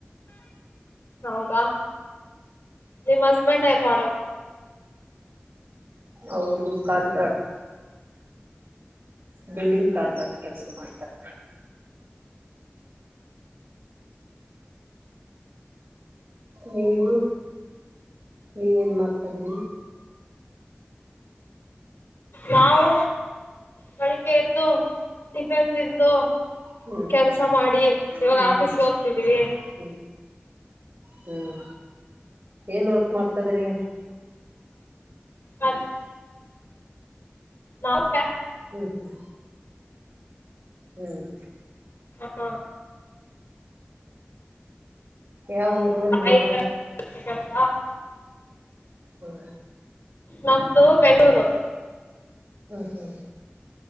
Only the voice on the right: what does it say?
ಅವರು ಕಾಂತಟ್ ಬಿಲ್ಡಿಂಗ್ ಕಾಣ್ತ ಕೆಲ್ಸ ಮಾಡ್ತಾರೆ ನೀವು ನೀವ ೇನ್ ಮಾಡ್ತದ್ರಿ
ಹ್ಮ್
ಹ್ಮ್
ಹ್ಮ್ ಹ್ಮ್ ಏನ್ ವರ್ಕ್ ಮಾಡ್ತದ್ರಿ
ಹ್ಮ್ ಹ್ಮ್ ಹ್ಮ್
ಯಾವ ಊರು ನಿಮ್ಮದು
ಹ್ಮ
ಹ್ಮ್ ಹ್ಮ್